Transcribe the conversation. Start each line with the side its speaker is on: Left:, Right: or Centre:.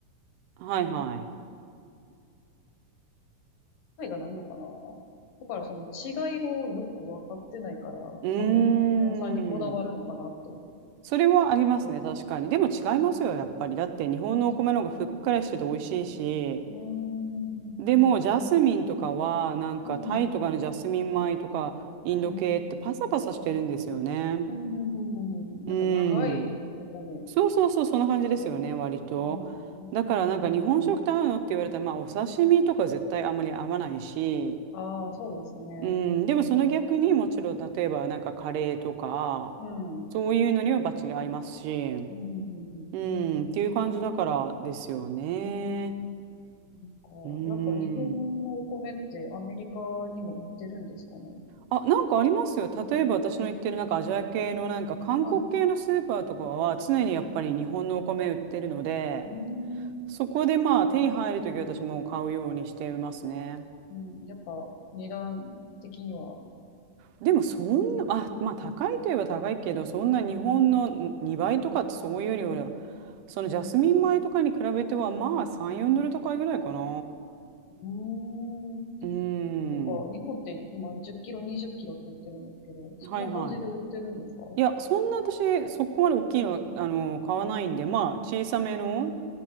Right: はいはい。
Left: いがないのかなだからその違いをよく分かってないから、多分日本産にこだわるのかなと、
Right: うーん。それはありますね、
Left: ちょっと思ってます。
Right: 確かに。でも違いますよ、やっぱり。だって日本のお米の方がふっくらしてて美味しいし、
Left: ああそうですか。うーん、うん、
Right: でも、
Left: うん、
Right: ジャスミンとかは、なんかタイとかのジャスミン米とか、
Left: うん。
Right: インド系ってパサパサしてるんですよね。
Left: うん、うん、うん、うん、うん。
Right: うん。
Left: なんか長いお米
Right: そうそうそう、そんな感じですよね、
Left: ですかね。
Right: 割と。
Left: うん。
Right: だから、なんか日本食と合うのって言われたら、まあ、お刺身とか絶対あんまり合わないし、
Left: ああ、そうですね。
Right: うん。でも、その逆にもちろん、例えば、なんかカレーとか、
Left: うん。うん、
Right: そういうのにはバッチリ合いますし、
Left: うん、うん、うん。
Right: うん、っていう感じだからですよね。
Left: えーなんか、
Right: うん。
Left: やっぱ日本のお米ってアメリカにも売ってるんですかね。
Right: あ、なんかありますよ。例えば私の言ってるなんかアジア系のなんか韓国系のスーパーとかは常にやっぱり日本のお米売ってるので、
Left: はい。うーん。
Right: そこでまあ手に入るとき私も買うようにしてますね。
Left: うん、やっぱ値段的には。
Right: でもそんな、あ、まあ高いといえば高いけど、そんな日本のん2倍とかってそういうよりは、そのジャスミン米とかに比べてはまあ3、4ドル高いぐらいかな。
Left: うーん。
Right: うー
Left: なんか日本って今10キロ、
Right: ん。
Left: 20キロって売ってるんですけど、そんな感じで売ってるんですか
Right: はいはい。いや、そんな私そこまで大きいの、あの買わないんで、まあ小さめの。
Left: うん。